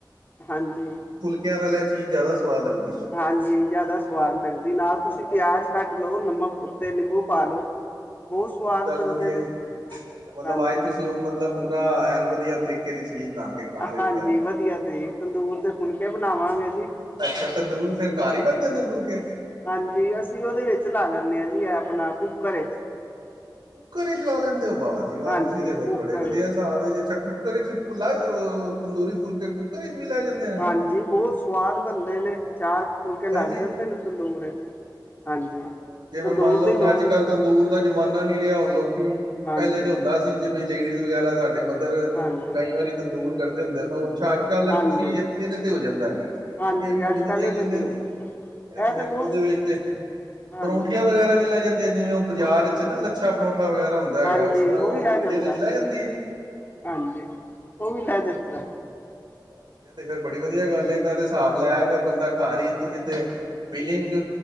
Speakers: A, on the left; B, on the right.
A: ਹਾਂਜੀ।
B: <unintelligible> ਚੀਜ਼ ਜ਼ਿਆਦਾ ਸੁਵਾਦ ਲੱਗਦੀ।
A: ਹਾਂਜੀ ਜ਼ਿਆਦਾ ਸਵਾਦ ਲੱਗਦੀ ਨਾਲ ਤੁਸੀਂ ਪਿਆਜ਼ ਕੱਟ ਲਓ ਨਮਕ ਉੱਤੇ ਨਿੰਬੂ ਪਾ ਲਓ
B: ਹਾਂ,
A: ਬਹੁਤ ਸਵਾਦ
B: ਉਹ ਵੀ ਗੱਲ
A: ਬਣਦੇ
B: ਵਧੀਆ
A: ਨੇ
B: ਜੀ ਅੱਛਾ ਮਤਲਬ
A: ਹਾਂਜੀ
B: ਆਜ ਤੁਸੀਂ ਹੁਣ ਮਤਲਬ ਪੂਰਾ ਐਨ ਵਧੀਆ ਤਰੀਕੇ ਦੀ ਚੀਜ਼ ਬਣਾ ਕੇ ਖਾ ਰਹੇ
A: ਹਾਂਜੀ,
B: ਹੋ ਕਿਆ ਬਾਤ
A: ਵਧੀਆ ਤੇ ਤੰਦੂਰ ਦੇ ਫੁਲਕੇ ਬਣਾਵਾਂਗੇ ਜੀ।
B: ਅੱਛਾ ਤੰਦੂਰ ਫਿਰ ਘਰ ਹੀ ਬਣ ਜਾਂਦੇ ਫੁੱਲਕੇ?
A: ਹਾਂਜੀ, ਅਸੀਂ ਉਹਦੇ ਵਿੱਚ ਲਾ ਲੈਂਨੇ ਹਾਂ ਜੀ ਐਪਣਾ ਕੁੂੱਕਰ ਵਿੱਚ।
B: ਕੁੱਕਰ ਹੀ ਚਲਾ ਲੈਂਦੇ ਹੋ ਵਾਹ ਜੀ ਵਾਹ
A: ਹਾਂਜੀ
B: ਤੁਸੀਂ ਤੇ ਫਿਰ
A: ਕੁੱਕਰ
B: ਬੜੇ ਵਧੀਆ
A: ਵਿੱਚ
B: ਹਿਸਾਬ ਜੇ ਅੱਛਾ ਕੁੱਕਰ ਵਿੱਚ ਲਾ ਤੰਦੂਰੀ ਫੁਲਕੇ ਕੁੱਕਰ ਵਿੱਚ ਵੀ ਲੈ ਜਾਂਦੇ ਨੇ।
A: ਹਾਂਜੀ, ਬਹੁਤ ਸਵਾਦ ਬਣਦੇ ਨੇ ਚਾਰ ਫੁਲਕੇ
B: ਅੱਛਾ
A: ਲੱਗ
B: ਜੀ
A: ਜਾਂਦੇ ਨੇ ਤੰਦੂਰੇ 'ਚ।
B: ਵਾਹ
A: ਹਾਂਜੀ,
B: ਜੀ ਵਾਹ ਜਿਵੇਂ
A: ਤੰਦੂਰ
B: ਮੰਨ ਲਓ
A: ਦੀ
B: ਹੁਣ
A: ਲੋੜ
B: ਅੱਜ ਕੱਲ੍ਹ ਤੰਦੂਰ ਦਾ ਜ਼ਮਾਨਾ ਨੀ ਰਿਹਾ ਹੁਣ ਲੋਕੀ
A: ਹਾਂਜੀ
B: ਪਹਿਲੇ ਤੇ ਹੁੰਦਾ ਸੀ ਜੇ ਲੇਡੀਜ਼ ਵਗੈਰਾ ਸਾਡੇ ਮਦਰ
A: ਹਾਂਜੀ
B: ਕਈ ਵਾਰੀ ਦੂਰ ਕਰਦੇ ਹੁੰਦੇ ਸਭ ਅੱਛਾ, ਅੱਜ ਕੱਲ
A: ਹਾਂਜੀ
B: ਤੁਸੀਂ ਇਹਦੇ ਤੇ ਹੋ ਜਾਂਦਾ ਹੈਗਾ, ਠੀਕ
A: ਹਾਂਜੀ
B: ਹੈ ਜੀ ਇਹ ਵੀ ਬੜੀ
A: ਅੱਜ
B: ਵਧੀਆ
A: ਕੱਲ੍ਹ ਇਹਦੇ
B: ਗੱਲ
A: ਤੇ
B: ਹੈ।
A: ਹੋ ਜਾਂਦਾ
B: ਇਹ ਤੇ ਫਿਰ
A: ਤਾਂ ਬਹੁਤ
B: ਉਹਦੇ ਵਿੱਚ ਤੇ
A: ਹਾਂਜੀ
B: ਪਰੌਂਠੀਆਂ ਵਗੈਰਾ ਲੈ ਜਾਂਦੇ ਜਿਵੇਂ ਉਹ ਬਾਜ਼ਾਰ ਵਿੱਚ ਨਾ ਲੱਛਾ ਪਰੌਂਠਾ ਵਗੈਰਾ ਹੁੰਦਾ। ਹੈਗਾ
A: ਹਾਂਜੀ
B: ਉਸ ਤਰ੍ਹਾਂ ਉਹ
A: ਵੀ ਲੈ
B: ਚੀਜ਼
A: ਜਾਂਦਾ
B: ਇਹਦੇ ਚ ਲੈ ਜਾਂਦੀ ਐ।
A: ਹਾਂਜੀ ਉਹ ਵੀ ਲੈ ਜਾਂਦਾ
B: ਵਾਹ ਜੀ, ਤੇ ਫਿਰ ਬੜੀ ਵਧੀਆ ਗੱਲ ਏ ਮੈਂ ਤੇ ਹਿਸਾਬ ਲਾਇਆ ਫਿਰ ਬੰਦਾ ਘਰ ਹੀਈ ਤੁਸੀਂ ਤੇ ਫੀਲਿੰਗ